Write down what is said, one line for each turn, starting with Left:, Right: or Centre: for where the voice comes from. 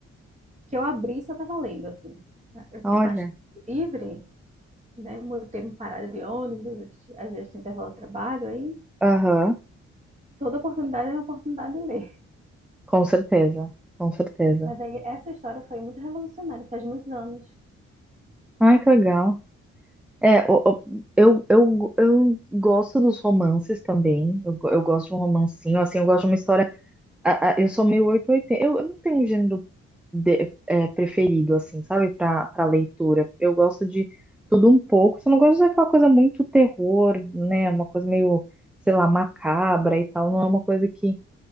Right: que eu abrisse, eu estava lendo, assim. Eu tinha
Centre: Olha.
Right: mais tempo livre, né? Meu tempo parado de ônibus, às vezes tinha intervalo de trabalho, aí
Centre: Aham,
Right: toda oportunidade era uma oportunidade de ler.
Centre: com certeza, com certeza.
Right: Mas aí essa história foi muito revolucionária, faz muitos anos.
Centre: Ai, que legal. É, o- o- eu, eu, eu, gosto dos romances também. Eu, go- eu gosto de um romancinho, assim, eu gosto de uma história a- a- eu sou meio 880. Eu, eu não tenho um gênero de- é, preferido, assim, sabe, para para leitura. Eu gosto de tudo um pouco. Só não gosto daquela coisa muito terror, né? Uma coisa meio, sei lá, macabra e tal. Não é uma coisa que